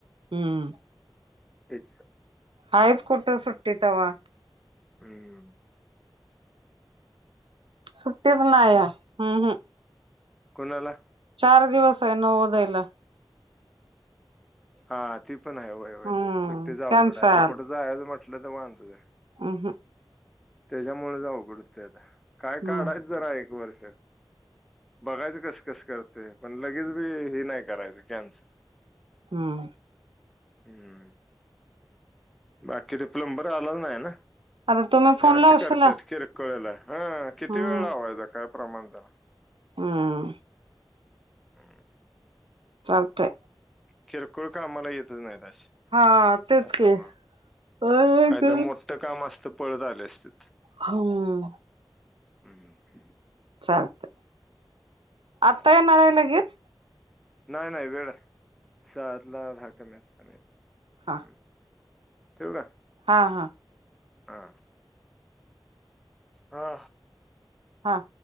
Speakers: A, on the right; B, in the centre.
A: हम.
B: तेच
A: हाय कुठे सुट्टी तवा?
B: हम्म.
A: सुट्टीच नाही, हम्म हम्
B: कोणाला?
A: चार दिवस आहे नवोदयला.
B: हा ती पण आहे वय वय
A: हम्म
B: सुट्टी जाऊघडं
A: कॅन्सल
B: आता कुठं जाय म्हटलं तर वांद आहे.
A: <unintelligible>
B: त्याच्यामुळे च आघड होतय आता, काय
A: हम्म
B: काढच जरा एक वर्ष, बघायच कस कस करते पण लगेच बी हे नाही करायचं कॅन्सल.
A: हम्म.
B: हम्म बाकी ते प्लंबर आलाला नाही ना?
A: आता तुम्ही
B: ते
A: फोन
B: असे
A: लावशीला
B: करतात किरकोळला. हा किती
A: हम्म
B: वेळ लावायचा काय प्रमाण त्याला
A: हम्म
B: हम्.
A: चालतंय
B: किरकोळ कामाला येतच नाहीत अशी
A: हा तेच की अय
B: काहीतरी
A: ग
B: मोठं काम असत पळत आले असते.
A: हम.
B: हम् ह.
A: चालते आता
B: चालतंय
A: येणार आहे लगेच?
B: नाही नाही वेळ साला दहा कमी असताना येतो.
A: हा
B: ठेव का?
A: हा हा
B: हा. हा!
A: हा